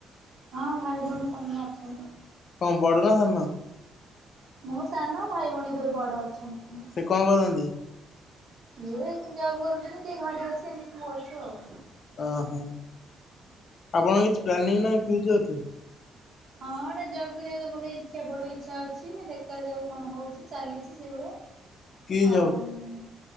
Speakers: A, on the right; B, on the left.
A: ହଁ ଭାଇ ଭଉଣୀ ସମସ୍ତି ଅଛନ୍ତି।
B: କଣ ବଡ ନା ସାନ?
A: ମୁଁ ସାନ ଭାଇ ଭଉଣୀ ଉପରେ ବଡ ଅଛନ୍ତି।
B: ସେ କଣ କରନ୍ତି?
A: ସିଏ ଜବ୍ କରୁଛନ୍ତି କିଏ ଘରେ ଅଛି ଏମିତି ସବୁ ଅଛୁ ଆଉ
B: ଓହୋ ଆପଣଙ୍କ କିଛି ପ୍ଲାନିଂ ନାହିଁ ଫ୍ଫ୍ୟୁଚର୍ ରେ।
A: ହଁ ଏଟେ ଜବ୍ କରିବା ତ ଭଲ ବଡ ଇଚ୍ଛା ଅଛି ଦେଖାଯାଉ କଣ ହଉଛି ଚାଲିଛି ସେଇଭଳିଆ
B: କି
A: ହଉ
B: ଜବ